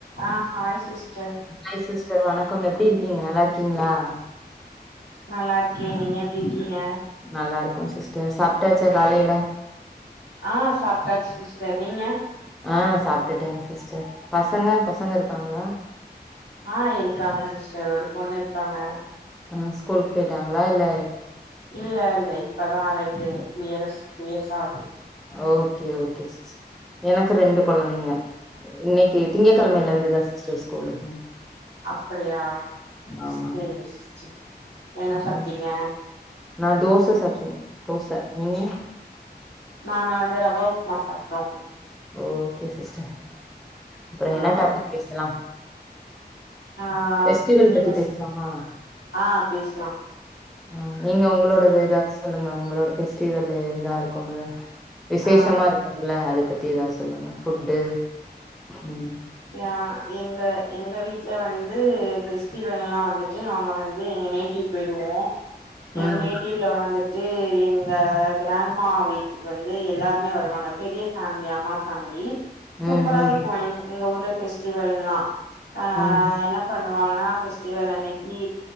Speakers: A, on the left; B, in the centre.
A: ஆ hi sister
B: hi sister வணக்கம் எப்டி இருக்கீங்க நல்லா இருக்கீங்களா
A: நல்லா இருக்கே நீங்க எப்டி இருக்கீங்க
B: நல்லா இருக்கோ சிஸ்டர் சாப்ட்டாச்சா காலைல
A: ஆ சாப்டாச்சு சிஸ்டர் நீங்க
B: ஆ சாப்டுட்டேங் சிஸ்டர் பசங்க பசங்க இருக்காங்களா
A: ஆஹ் இருக்காங்க சிஸ்டர் ஒரு பொண்ணு இருக்காங்க
B: ம் ஸ்கூலுக்கு போய்ட்டாங்ளா இல்ல
A: இல்ல இல்ல இப்பதா ரெண்டு இயரஸ் இயர்ஸ்ஸா ஆவுது
B: ஓகே ஓகே சிஸ் எனக்கு ரெண்டு குழந்தைங்க இன்னைக்கு திங்கக்கெழமைல
A: ஒரு
B: இருந்து தா சிஸ்டர் ஸ்கூலு
A: அப்டியா
B: ஆமா
A: சேரிங்க சிஸ்டர் என்ன
B: அப்றோ
A: சாப்ட்டீங்க
B: நா தோச சாப்ட தோச நீங்க
A: நாங்க வந்து ரவா உப்மா சாப்ட்டோ
B: ஓகே சிஸ்டர் அப்றோ
A: ஆ
B: என்னா டாபிக் பேசலா
A: ஆ
B: ஃபெஸ்டிவல்
A: நீங்க
B: பத்தி பேசலாமா
A: ஸ் ஆ பேசலா
B: அ நீங்க உங்ளோடது
A: ம்
B: எதாது சொல்லுங்க உங்களோட ஃபெஸ்டிவல்லு எதா இருக்கும்ல விசேஷமா
A: ஆ
B: இருக்கும்ல அத பத்தி ஏதாவது சொல்லுங்க ஃபுட்டு ம்
A: ஏ எங்க எங்க வீட்ல வந்து பெஸ்டிவல்லா வந்துட்டு நாங்க வந் எங்க நேட்டிவ் போய்ருவோ எங்க
B: ம்
A: நேட்டிவ்ல வந்துட் ட்டு எங்க கிராண்ட்மா வீட்டுக்கு வந்து எல்லாருமே வருவாங்க பெரிய ஃபேம்லி அம்மா ஃபேம்லி சூப்பரா
B: ம் ம்
A: இருக்கு எங் எங்க ஊர்ல பெஸ்டிவல்லா அஹ்
B: ம்
A: என்னா பண்ணுவாங்கனா பெஃஸ்டிவல் அன்னக்கி